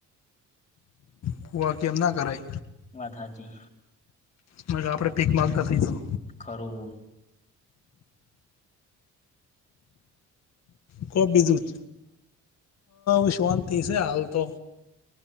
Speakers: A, on the left; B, on the left.
A: ભૂવા કે એમ ના કરાય
B: વાત હાચી
A: મ કે આપણે ભીખ માગતા થઇશું
B: ખરું
A: કો બીજું જ અ શાંતિ છે હાલ તો